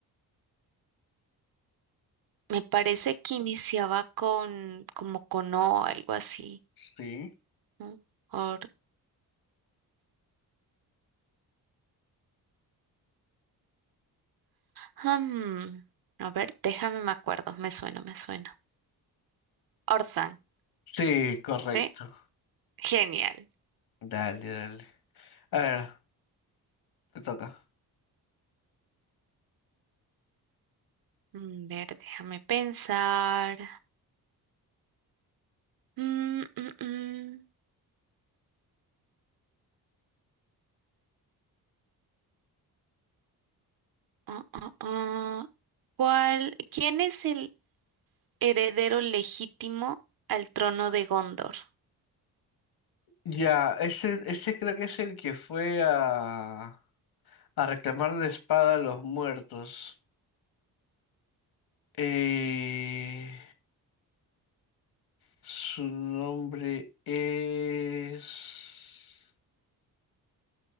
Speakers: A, on the right (about 65°); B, on the left (about 75°).
A: me parece que iniciaba con como con O, algo así.
B: Sí.
A: ¿no? Or- Hmm, a ver, déjame me acuerdo, me suena, me suena. Orthanc,
B: Sí, correcto.
A: ¿sí? Genial.
B: Dale, dale. A ver, te toca.
A: Mm, A ver, déjame pensar. Mm, mm, mm. Ah, ah, ah. ¿Cuál? ¿Quién es el heredero legítimo al trono de Gondor.
B: Ya, ese, ese creo que es el que fue a, a reclamar la espada a los muertos. Eh, su nombre es...